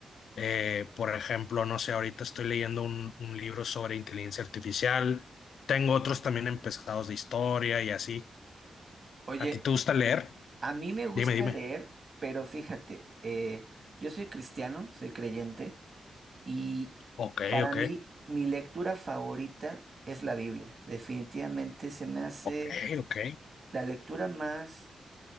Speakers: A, on the left (about 85°); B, on the right (about 40°).
A: Eh, por ejemplo, no sé, ahorita estoy leyendo un, un libro sobre inteligencia artificial, tengo otros también empezados de historia y así.
B: Oye,
A: ¿A ti te gusta leer?
B: a mí me gusta
A: Dime, dime.
B: leer, pero fíjate, eh, yo soy cristiano, soy creyente, y
A: Ok,
B: Para
A: ok,
B: mí, mi lectura favorita es la Biblia. Definitivamente se me hace
A: ok, ok.
B: la lectura más